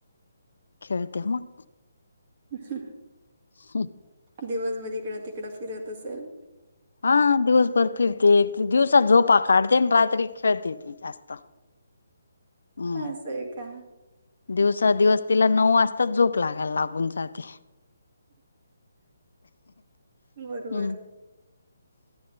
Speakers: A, on the left (about 70°); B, on the right (about 40°).
A: खेळते मग
B: अच्छा.
A: हो.
B: दिवसभर इकडं तिकडं फिरत असेल.
A: हा दिवसभर फिरते दिवसात झोपा काढते रात्री खेळते. जास्त हम्म
B: असं आहे का?
A: दिवसा दिवस तिला नऊ वाजताच झोप लागाल लागून जाते.
B: बरोबर.
A: हम्म